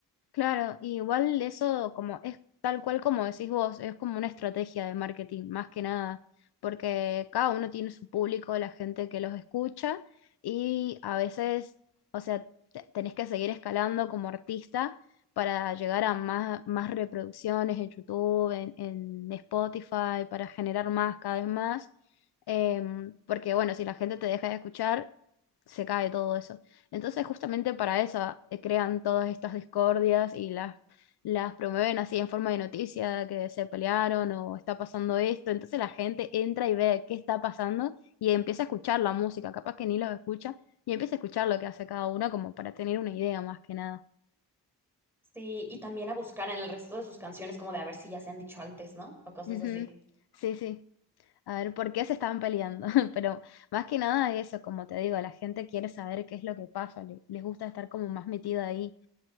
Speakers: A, on the left; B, in the centre.
A: Claro, y igual eso como es tal cual como decís vos, es como una estrategia de marketing, más que nada, porque cada uno tiene su público, la gente que los escucha, y a veces, o sea, te- tenés que seguir escalando como artista para llegar a más, más reproducciones en YouTube, en, en Spotify, para generar más, cada vez más. Em, porque bueno, si la gente te deja de escuchar, se cae todo eso. Entonces, justamente para eso eh, crean todas estas discordias y las, las promueven así en forma de noticia, que se pelearon o está pasando esto. Entonces la gente entra y ve qué está pasando y empieza a escuchar la música, capaz que ni los escucha, y empieza a escuchar lo que hace cada uno como para tener una idea más que nada.
B: Sí, y también a buscar en el resto de sus canciones como de a ver si ya se han dicho antes, ¿no? O cosas
A: Ujú.
B: así.
A: Sí, sí. A ver, ¿por qué se estaban peleando? <laughs> Pero más que nada eso, como te digo, la gente quiere saber qué es lo que pasa, le- les gusta estar como más metida ahí